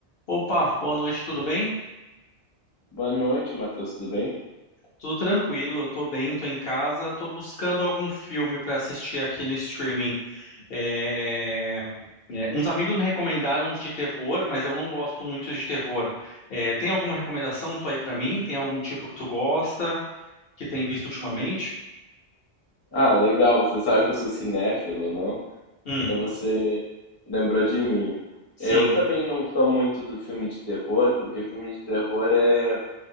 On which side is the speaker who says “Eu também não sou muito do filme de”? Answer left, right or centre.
Left